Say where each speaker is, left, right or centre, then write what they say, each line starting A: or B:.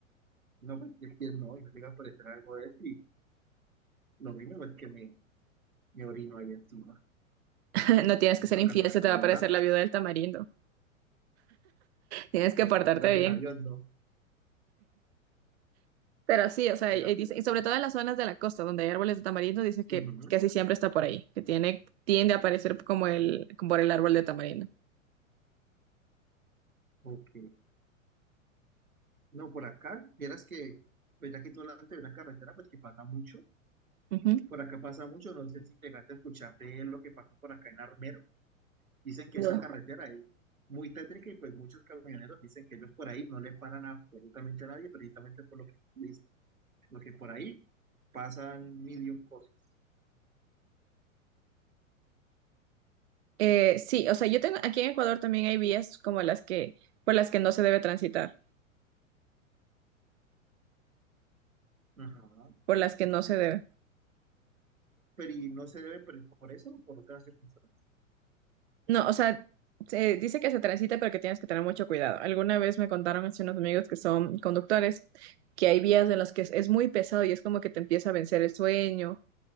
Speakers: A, on the right; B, on the right.
A: No, pues es que no, y me llega a aparecer algo de eso y lo mínimo es que me, me orino ahí encima,
B: <laughs> No tienes
A: y
B: que
A: sacando
B: ser infiel, se te
A: la
B: va a
A: barata.
B: parecer la viuda del tamarindo. Tienes que
A: Entonces,
B: portarte
A: gracias
B: bien.
A: a Dios, no.
B: Pero sí, o sea, ahí
A: Vea,
B: dice,
A: pues.
B: y sobre todo en las zonas de la costa donde hay árboles de tamarindo, dice que
A: Ujú,
B: casi siempre está por ahí, que tiene, tiende a aparecer como el, como por el árbol de tamarindo.
A: ok. No, por acá, vieras que, pues ya que tú hablaste de una carretera, pues que pasa mucho.
B: Ujú.
A: Por acá pasa mucho, no sé si llegaste a escuchar de lo que pasó por acá en Armero. Dicen que
B: No.
A: esa carretera es muy tétrica y pues muchos camioneros dicen que ellos por ahí no le paran absolutamente a nadie, precisamente por lo que tú dices, porque por ahí pasan mil y un cosas.
B: Eh, sí, o sea, yo tengo, aquí en Ecuador también hay vías como las que, por las que no se debe transitar,
A: Ajá.
B: por las que no se debe.
A: Pero y no se debe por, por eso o por otras circunstancias.
B: No, o sea, se dice que se transita, pero que tienes que tener mucho cuidado. Alguna vez me contaron hace unos amigos que son conductores, que hay vías en las que es, es muy pesado y es como que te empieza a vencer el sueño,